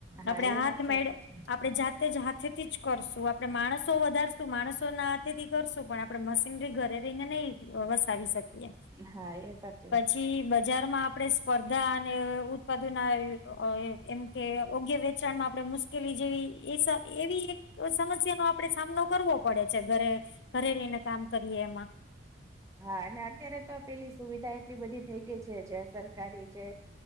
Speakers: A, on the right; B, on the left.
A: હા
B: આપણે
A: એ
B: હાથ
A: વાત સાચી
B: મેળ
A: છે
B: આપણે જાત તે જ હાથેથી જ કરશું આપણે માણસો વધારશું માણસો ના હાથેથી કરશું પણ આપડે મશીનરી ઘરે રેયને નઈ વસાવી શકીએ
A: હા એ તો
B: પછી. બજારમાં આપણે સ્પર્ધા અને ઉત્પાદના એમ કે યોગ્ય વેચાણમાં આપણે મુશ કેલી જેવી એ સ એવી એક સમસ્યાનો આપડે સામનો કરવો પડે છે, ઘરે ઘરે રેયને કામ કરીએ એમાં
A: હા અને અત્યારે તો પેલી સુવિધા એટલી બધી થઈ ગઈ છે, જે સરકારી જે